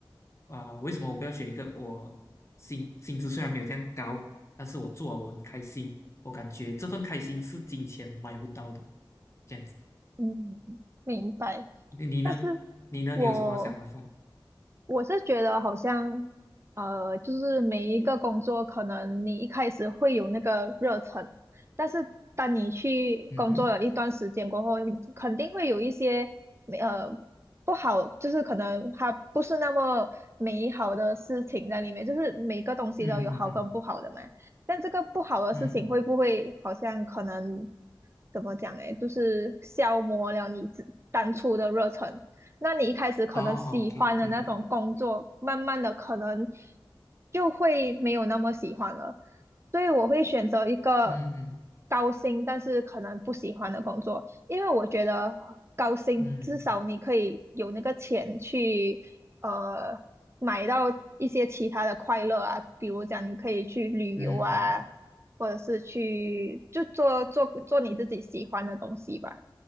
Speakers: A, on the left; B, on the right.
A: 啊、为什么我不要选一个我薪薪资虽然没有这样高，但是我做了我很开心，我感觉这份开心是金钱买不到的。这样子，
B: 嗯，明白。
A: 你你呢？
B: 但是
A: 你呢？
B: 我
A: 你有什么想法？
B: 我是觉得好像，呃，就是每一个工作，可能你一开始会有那个热忱，但是当你去工作了一段时间过后，
A: 嗯哼，
B: 你肯定会有一些，呃，不好，就是可能它不是那么美好的事情在里面，就是每个东西都有好跟不好的嘛。
A: 嗯嗯嗯
B: 但这个不好的事情会不会好像可能
A: 嗯嗯，
B: 怎么讲诶，就是消磨了你自当初的热忱？那你一开始可能喜欢的那种工作，
A: 哦哦，OK，明白。
B: 慢慢的可能就会没有那么喜欢了。所以我会选择一个
A: 嗯嗯
B: 高薪，但是可能不喜欢的工作，因为我觉得高薪至少你可以有那个钱去呃买到一些其他的快乐啊，
A: 嗯嗯
B: 比如讲你可以去旅游啊，
A: 嗯嗯
B: 或者是去就做做做你自己喜欢的东西吧。